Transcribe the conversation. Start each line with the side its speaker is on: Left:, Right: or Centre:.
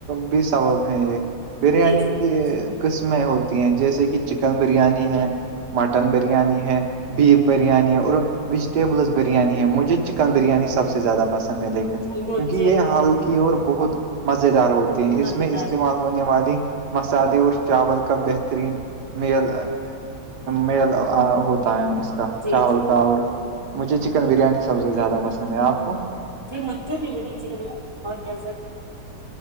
Right: بھی سبب ہے یہ بریانی
Left: جی جی
Right: کی قسمیں ہوتی ہیں جیسے کہ چکن بریانی ہے مٹن بریانی ہے بیف بریانی ہے اور ویجیٹیبلس بریانی ہے مجھے چکن بریانی سب سے زیادہ پسند ہے لیکن کیونکہ
Left: مجھے
Right: یہ حال کی اور بہت مز دار ہوتے ہیں اس
Left: مزیدار
Right: میں استعمال ہونے والی مسالے اور چاول کا بہترین میل میل ہوتا ہے اس
Left: جی
Right: چاول
Left: جی
Right: کا
Left: جی
Right: اور مجھے چکن بریانی سب سے زیادہ پسند ہے آپ کو
Left: جی م اس کے عو بھیہ